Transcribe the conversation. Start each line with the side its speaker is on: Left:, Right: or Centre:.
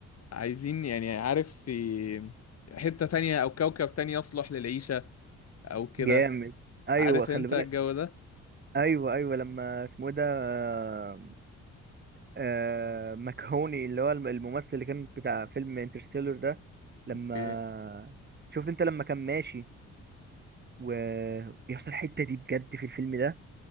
Left: عايزين يعني عارف في حته تانية او كوكب تاني يصلح للعيشه او كده
Right: جامد ايوه
Left: عارف
Right: خلي
Left: انت
Right: بالك
Left: الجو ده
Right: ايوه ايوه لما اسمه إيه ده آه، آه مكهوني اللي هو الم- الممثل اللي كان بتاع فيلم انترستيلر ده لما
Left: اوكي
Right: شفت انت لما كان ماشي ويحصل الحته دي بجد في الفيلم ده